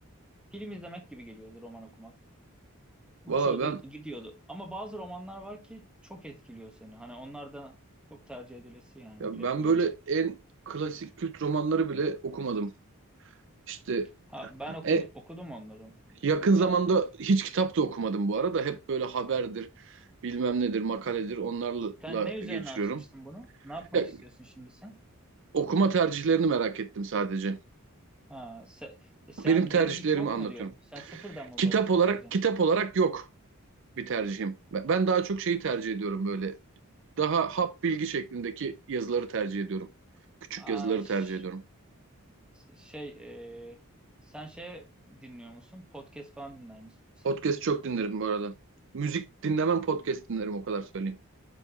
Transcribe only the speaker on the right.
Valla ben
ya
ben böyle en klasik kült romanları bile okumadım. İşte
e,
yakın
zamanda hiç kitap da okumadım bu arada. Hep böyle haberdir, bilmem nedir, makaledir onlarla
geçiriyorum.
Ya
Okuma tercihlerini merak ettim sadece.
Benim tercihlerimi
anlatıyorum.
Kitap
olarak kitap olarak yok bir tercihim. Ben daha çok şeyi tercih ediyorum böyle. Daha hap bilgi şeklindeki yazıları tercih ediyorum. Küçük
yazıları
tercih ediyorum.
Podcast çok dinlerim bu arada. Müzik dinlemem podcast dinlerim o kadar söyleyeyim.